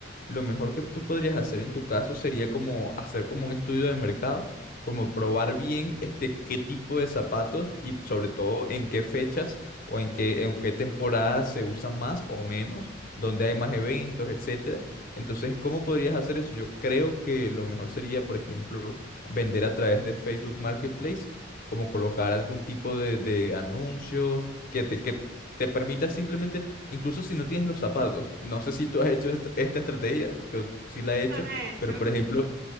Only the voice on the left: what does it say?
lo mejor que tú podrías hacer en tu caso sería como hacer como un estudio de mercado, como
probar bien este qué tipo de zapatos y sobre todo en qué fechas o en qué, en qué temporadas se usan más o menos, dónde
hay más eventos, etcétera. Entonces, ¿cómo podrías hacer eso? Yo creo que lo mejor sería, por ejemplo, vender a través de Facebook Marketplace, como colocar
algún tipo de, de anuncio que te, que te permita simplemente Incluso si no tienes los zapatos, no sé si tú has hecho est- esta estrategia, yo sí la he hecho,
pero por ejemplo,